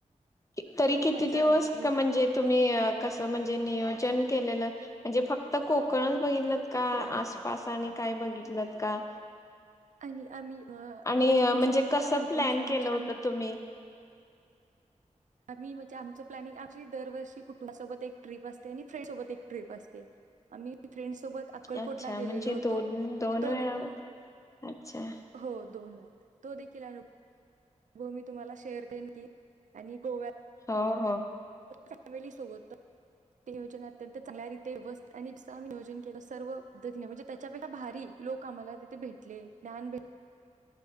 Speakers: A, on the left; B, on the right.
A: तरी
B: खूप
A: किती
B: मज्जा
A: दिवस
B: आली
A: क म्हणजे तुम्ही
B: खूप
A: कसं म्हणजे नियोजन केलेलं? म्हणजे फक्त कोकणच बघितलं. का
B: हो
A: आसपास आणि काय बघिलंत का?
B: आणि आम्ही अ,
A: आणि
B: मी
A: अं म्हणजे
B: सांगितलेल्या
A: कसं
B: माहितीनुसार
A: प्लॅन
B: म्हणजे
A: केलं होत
B: आम्ही
A: तुम्ही?
B: आम्ही म्हणजे आमचं प्लॅनिंग आमची दरवर्षी कुटुंबासोबत एक ट्रिप असते आणि फ्रेंडसोबत एक ट्रिप असते, आम्ही फ्रेंड्स सोबत अक्कलकोटला
A: अच्छा
B: गेलेलो
A: म्हणजे
B: होतो,
A: दोन दोन
B: तो
A: वेळा
B: देखील
A: अच्छा
B: हो दोन. तो देखील अनु भव मी तुम्हाला शेअर करीन की आणि गोव्यात
A: हो हो
B: फॅमिली सोबत तं ते नियोजन अत्यंत चांगल्यारिते व्यवस्थित आणि जसं आम्ही नियोजन केलं सर्व पद्धतीने म्हणजे त्याच्यापेक्षा भारी लोक आम्हाला तिथे भेटले, ज्ञान भेट